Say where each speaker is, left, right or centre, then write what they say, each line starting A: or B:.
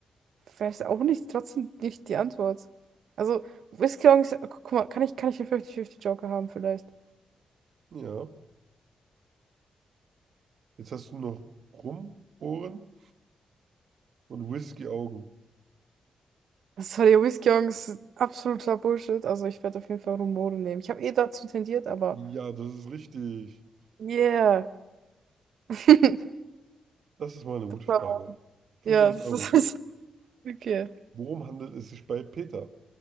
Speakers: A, on the right; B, on the right.
A: weiß auch nicht, trotzdem nicht die Antwort. Also, Whisky-Augen ist, guck mal, kann ich, kann ich einen 50-50-Joker haben vielleicht?
B: ja. Jetzt hast du noch Rumohren und Whisky-Augen.
A: Das Sorry, Whiskeyongs, absoluter Bullshit. Also ich werde auf jeden Fall Rumore nehmen. Ich habe eh dazu tendiert, aber
B: Ja, das ist richtig.
A: yeah. <laughs>
B: Das ist mal eine
A: Das
B: gute Frage.
A: war-
B: 500
A: Ja, das
B: Euro.
A: ist das okay.
B: Worum handelt es sich bei Peter?